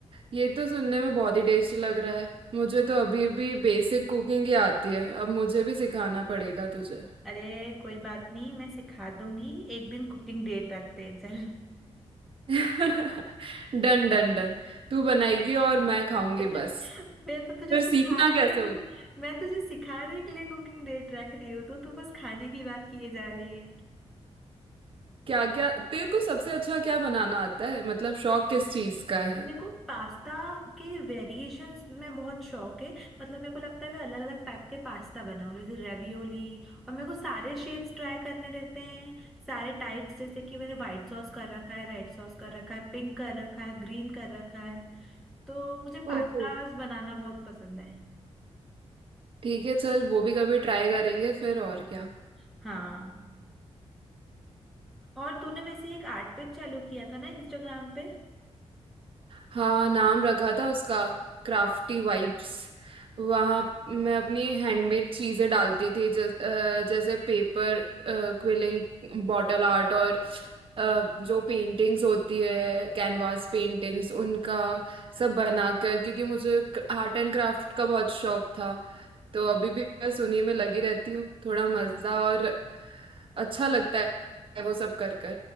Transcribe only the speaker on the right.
ये तो सुनने में बहुत ही टेस्टी लग रहा है मुझे तो अभी भी बेसिक कुकिंग ही आती है अब मुझे भी सिखाना पड़ेगा तुझे
<laughs> Done done done तू बनाएगी और मैं खाऊंगी
बस
फिर सीखना
कैसे
होगा
क्या क्या तेरे को सबसे अच्छा क्या बनाना आता है मतलब शौक किस चीज का है
ओके
ठीक है चल वो भी कभी ट्राई करेंगे फिर और क्या
हाँ नाम रखा था उसका क्राफ्टी वाइब्स वहाँ मैं अपनी हैंडमेड चीजें डालती थी जस, अ, जैसे पेपर क्विलिंग बॉटल आर्ट और अ, जो पेंटिंग्स होती है कैनवास पेंटिंग्स उनका सब बनाकर क्योंकि मुझे आर्ट एंड क्राफ्ट का बहुत शौक था तो अभी भी बस उन्हीं में लगी रहती हूँ थोड़ा मजा और अच्छा लगता है वो सब कर